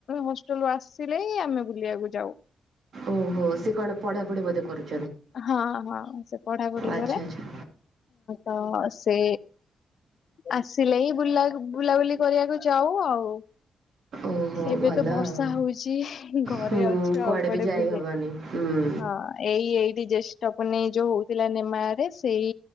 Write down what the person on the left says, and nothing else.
ହଷ୍ଟେଲ ରୁ ଆସିଲେ ହିଁ ଆମେ ବୁଲିବାକୁ ଯାଉ।
ହଁ ହଁ ସେ ପଢାପଢି
କରେ
ତ ସେ ଆସିଲେ ହି ବୁଲା ବୁଲାବୁଲି କରିବାକୁ ଯାଉ ଆଉ
ଏବେ
ତ ବର୍ଷା
ହଉଚି ଘରେ
ଅଛୁ ଆଉ କୁଆଡେ
ବୁଲେ
ହଁ ଏଇ ଏଇଠି ଜ୍ୟେଷ୍ଠ ପୁନେଇ ଯୋଉ ହଉଥିଲା ନେମା ରେ ସେଇ